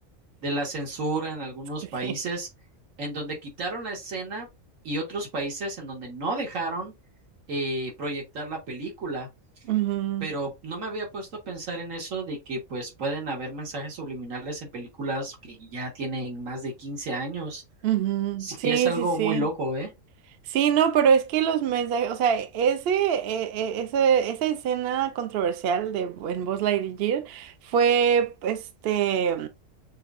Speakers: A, on the right; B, on the right.
A: de la censura en algunos
B: sí.
A: países, en donde quitaron la escena y otros países en donde no dejaron eh, proyectar la película.
B: Ujú.
A: Pero no me había puesto a pensar en eso de que pues pueden haber mensajes subliminales en películas que ya tienen más de 15 años.
B: Ujú,
A: Sí,
B: Sí,
A: es algo
B: sí, sí.
A: muy loco, ¿eh?
B: Sí, no, pero es que los mensajes, o sea, ese, eh, eh, ese, esa escena controversial de en Buzz Lightyear fue, este,